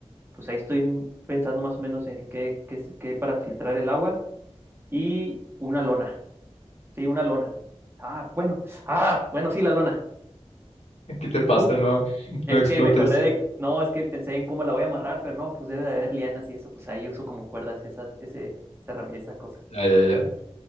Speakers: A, on the right; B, on the left.
A: pues ahí estoy pensando más o menos en qué, qué, qué para filtrar el agua y una lona, sí, una lona. Ah, bueno, ah, bueno, sí, la lona.
B: <laughs> ¿qué te pasa?
A: Tú,
B: No,
A: es
B: no explotes.
A: que me acordé de, no, es que pensé en cómo la voy a amarrar, pero no, pues debe de haber lianas y eso, pues ahí uso como cuerdas esa, ese, esa, herram- esa cosa.
B: Ya, ya, ya.